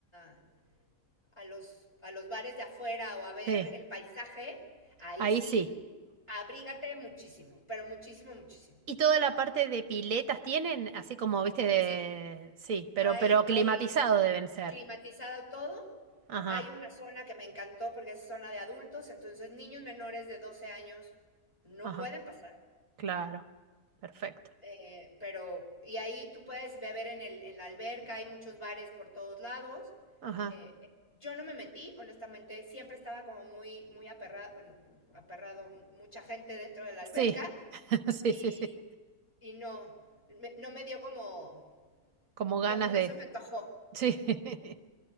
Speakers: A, on the left (about 20°); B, on the right (about 65°).
A: a- a los, a los bares de afuera o a ver
B: Sí,
A: el paisaje, ahí
B: ahí
A: sí,
B: sí.
A: abrígate muchísimo, pero muchísimo, muchísimo.
B: Y toda la parte de piletas tienen, así como, viste, de-
A: Sí,
B: sí, pero,
A: hay,
B: pero climatizado
A: hay
B: deben ser.
A: climatizado todo
B: Ajá,
A: Hay una zona que me encantó porque es zona de adultos, entonces niños menores de 12 años no
B: ajá,
A: pueden pasar,
B: claro. Perfecto.
A: eh, pero y ahí tú puedes beber en el, en la alberca, hay muchos bares por todos lados.
B: Ajá.
A: eh, yo no me metí, honestamente, siempre estaba como muy, muy aperrado, bueno, aperrado, mu- mucha gente dentro de la alberca
B: Sí, <laughs> sí,
A: y,
B: sí, sí.
A: y no, me- no me dio como,
B: Como
A: no,
B: ganas
A: no
B: de...
A: se me antojó.
B: Sí, <laughs>